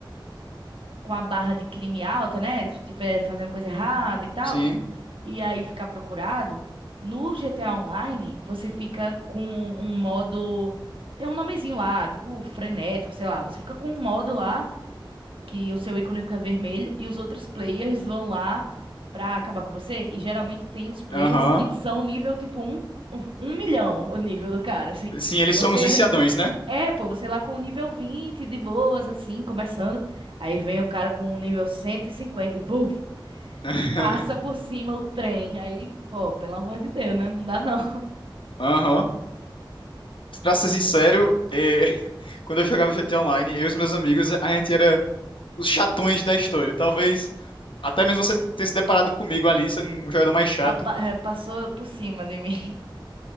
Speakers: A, on the right (about 80°); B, on the left (about 75°).
A: com a barra de crime alta, né? Se estiver fazendo coisa errada e tal,
B: sim.
A: e aí ficar procurado, no GTA Online você fica com um modo. Tem um nomezinho lá, tipo frenético, sei lá. Você fica com um modo lá que o seu ícone fica vermelho e os outros players vão lá pra acabar com você. E geralmente tem uns players
B: Aham.
A: que são nível tipo um, um um milhão o nível do cara, assim.
B: Sim, eles
A: Você
B: são uns viciadões, né?
A: é, pô, você lá com o nível 20 de boas, assim, começando. Aí vem o cara com o nível cento e, cinquenta e bufo,
B: <laughs>
A: passa por cima o trem. Aí, pô, pelo amor de Deus, né? Não dá não. <laughs>
B: Aham. Pra ser sincero, é, <laughs> quando eu jogava GTA Online, eu e os meus amigos, a gente era os chatões da história. Talvez até mesmo você tenha se deparado comigo ali, sendo um jogador mais chato.
A: Pa- pa- eh, Passou por cima de mim. <laughs>